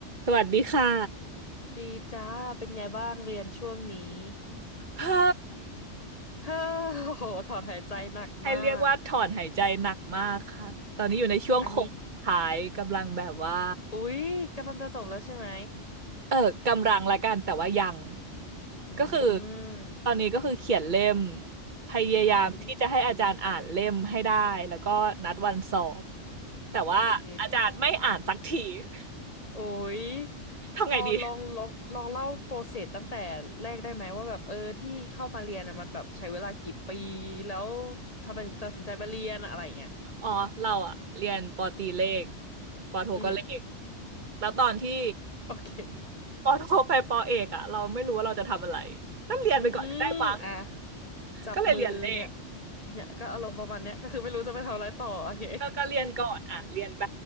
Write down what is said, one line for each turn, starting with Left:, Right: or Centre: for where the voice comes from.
Right: สวัสดีค่ะ
Left: ดีจ้า เป็นไงบ้างเรียนช่วงนี้
Right: เฮ้อ
Left: เฮ้อโอ้โหถอนหายใจหนักมาก
Right: <laughs> ให้เรียกว่าถอนหายใจหนักมากค่ะตอนนี้อยู่ในช่วงโค้งสุดท้ายกำลังแบบว่า
Left: อืมอันนี้ อุ๊ยกำลังจะจบแล้วใช่ไหม
Right: เออกำลังละกันแต่ว่ายัง
Left: อื
Right: ก็คือ
Left: ม
Right: ตอนนี้ก็คือเขียนเล่มพยายามที่จะให้อาจารย์อ่านเล่มให้ได้แล้วก็นัดวันสอบ
Left: อืม
Right: แต่ว่าอาจารย์ไม่อ่านสักที
Left: โอเค
Right: <laughs>
Left: โอ้ย
Right: ทำไงดี
Left: พอลองลองลองเล่าโปรเซสตั้งแต่แรกได้ไหมว่าแบบเออที่เข้ามาเรียนน่ะมันแบบใช้เวลากี่ปี แล้วทำไมถึงตัดสินใจมาเรียนอะอะไรอย่างเงี้ย
Right: อ๋อเราอะเรียนปอตรีเลขปอโทก็เลข
Left: อืม
Right: แล้วตอนที่
Left: โอเค
Right: ปอโทไปปอเอกอะเราไม่รู้ว่าเราจะทำอะไรก็เรียนไปก่อนก็ได้มั้ง
Left: อืมอ่ะ จับมือเนี่ย
Right: ก็เลยเรียนเลข
Left: เนี่ยก็อารมณ์ประมาณเนี้ยก็คือไม่รู้จะไปทำอะไรต่อโอเค
Right: ก็ก็เรียนก่อนอะเรียนไป